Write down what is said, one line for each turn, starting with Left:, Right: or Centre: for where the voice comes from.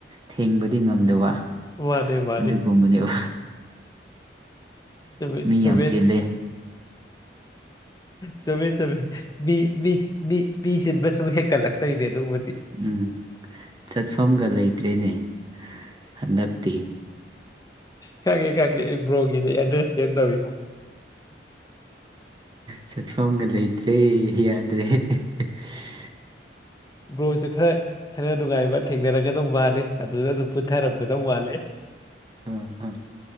Right: ꯊꯦꯡꯕꯗꯤ ꯉꯝꯗꯕ
Left: ꯃꯥꯅꯦ ꯃꯥꯅꯦ
Right: ꯑꯗꯨꯒꯨꯝꯕꯅꯦꯕ
Left: ꯆ
Right: ꯃꯤ
Left: ꯆꯧꯕꯤꯁ
Right: ꯌꯥꯝ ꯆꯤꯜꯂꯦ
Left: ꯆꯨꯝꯃꯦ ꯆꯨꯝꯃꯦ ꯃꯤ ꯃꯤ ꯃꯤ ꯆꯤꯟꯕ ꯁꯨꯝ ꯍꯦꯟꯒꯠꯂꯛꯇꯣꯏꯅꯦ ꯑꯗꯨꯨꯝꯕꯗꯤ
Right: ꯎꯝ ꯆꯠꯐꯝꯒ ꯂꯩꯇ꯭ꯔꯦꯅꯦ ꯍꯟꯗꯛꯇꯤ
Left: ꯈꯒꯦ ꯈꯒꯦ ꯕ꯭ꯔꯣꯒꯤꯁꯦ ꯑꯦꯗ꯭ꯔꯦꯁ ꯆꯦꯟ ꯇꯧꯋ
Right: ꯆꯠꯐꯝꯒ ꯂꯩꯇ꯭ꯔꯦ ꯌꯥꯗ꯭ꯔꯦ <unintelligible> <unintelligible>
Left: ꯕ꯭ꯔꯣꯁꯨ ꯈꯔ ꯈꯔ ꯅꯨꯡꯉꯥꯏꯕ ꯊꯦꯡꯅꯔꯒꯗꯧ ꯃꯥꯜꯜꯂꯤꯦ ꯑꯗꯨꯅ ꯑꯗꯨꯝ ꯄꯨꯊꯔꯝꯒꯗꯧ ꯃꯥꯂ
Right: ꯑꯣ ꯍꯣꯏ